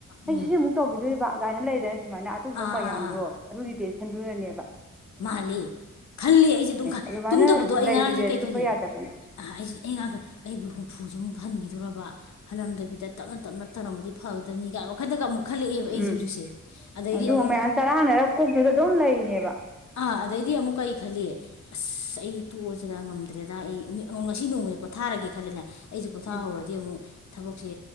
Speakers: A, in the centre; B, on the left (about 60°).
A: ꯑꯩꯁꯦ
B: ꯎꯝ
A: ꯁꯤꯃꯨꯛ ꯇꯧꯈꯤꯗꯣꯔꯤꯕ ꯒꯥꯏꯅ ꯂꯩꯗꯅ ꯁꯨꯃꯥꯏꯅ ꯑꯗ ꯗꯨꯝꯕ
B: ꯑꯥ
A: ꯃꯌꯥꯝꯗꯣ
B: ꯑꯥ
A: ꯑꯗꯨꯒꯤ ꯇꯁꯟꯗꯨꯅꯅꯦꯕ
B: ꯃꯥꯜꯂꯦ ꯈꯜꯂꯦ ꯑꯩꯁꯦ ꯑꯗꯨꯝ
A: ꯑꯗꯨꯃꯥꯏꯅ
B: ꯇꯨꯝꯗꯕꯗꯣ ꯑꯩ
A: ꯂꯩꯕꯁꯦ
B: ꯉꯔꯥꯡꯁꯦ ꯀꯩ
A: ꯇꯨꯝꯕ
B: ꯈꯜꯂꯤ
A: ꯌꯥꯗꯕꯅꯦ
B: ꯑꯍ ꯑꯩꯖꯦ ꯑꯩ ꯉꯔꯥꯡ ꯈꯜ ꯑꯩꯕꯨ ꯍꯨꯝꯐꯨꯖꯤꯃꯨꯛ ꯍꯟꯒꯤꯗꯣꯔꯕ ꯍꯜꯂꯝꯗꯕꯤꯗ ꯇꯞꯅ ꯇꯞꯅ ꯇꯧꯔꯝꯕꯗꯤ ꯐꯒꯗꯅꯤ ꯒꯥꯏ ꯋꯥ ꯈꯟꯗꯒ ꯑꯃꯨꯛ ꯈꯜꯂꯛꯑꯦꯕ ꯑꯩꯖꯦ
A: ꯎꯝ
B: ꯍꯨꯖꯤꯛꯁꯦ ꯑꯗꯩꯗꯤ
A: ꯑꯗꯨ
B: ꯑꯃꯨꯛ
A: ꯃꯌꯥꯝ ꯆꯔꯥꯡꯅꯔ ꯀꯣꯛꯇꯨꯗ ꯑꯗꯨꯝ ꯂꯩꯔꯤꯅꯦꯕ
B: ꯑꯥ ꯑꯗꯩꯗꯤ ꯑꯃꯨꯛ ꯀꯩ ꯈꯜꯂꯤ ꯑꯁ ꯑꯩꯗꯤ ꯇꯣꯛꯑꯁꯤꯔ ꯉꯝꯗ꯭ꯔꯦꯗ ꯑꯩ ꯃꯤ ꯉꯣ ꯉꯁꯤ ꯅꯣꯡꯃꯁꯦ ꯄꯣꯊꯥꯔꯒꯦ ꯈꯜꯂꯦꯅꯦ ꯑꯩꯁꯦ ꯄꯣꯊꯥꯍꯧꯔꯗꯤ
A: ꯎꯝ
B: ꯑꯃꯨꯛ ꯊꯕꯛꯁꯦ